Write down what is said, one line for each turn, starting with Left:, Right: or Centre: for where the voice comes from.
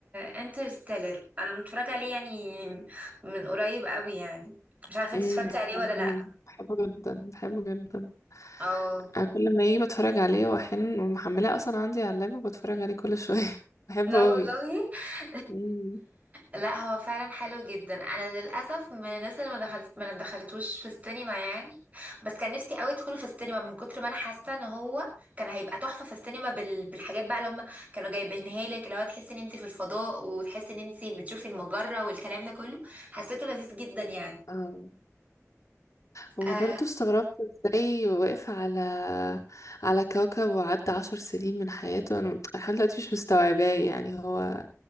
Right: انترستيلر انا متفرجة عليه يعني من قريب قوي يعني مش عارفة انت
Left: امم
Right: اتفرجتي عليه ولا
Left: انا
Right: لا
Left: بحبه جدا بحبه جدا
Right: اه
Left: انا كل ما يجي بتفرج عليه واحيانا ومحملاه اصلا عندي على اللاب وبتفرج عليه كل شويه <laughs> بحبه
Right: لا والله
Left: قوي
Right: <laughs>
Left: مم.
Right: لا هو فعلا حلو جدا انا للاسف من الناس اللي ما دخلت ما دخلتوش في السينما يعني بس كان نفسي قوي ادخله في السينما من كتر ما انا حاسه ان هو كان هيبقى تحفه في السينما بال... بالحاجات بقى اللي هم كانوا جايبينها لك اللي هو تحسي ان انت في الفضاء وتحسي ان انت بتشوفي المجره والكلام ده كله حسيته لذيذ جدا يعني
Left: اه وبرضه
Right: اه
Left: استغربت ازاي وقف على على كوكب وعدى عشر سنين من حياته انا لحد دلوقتي مش مستوعباه يعني هو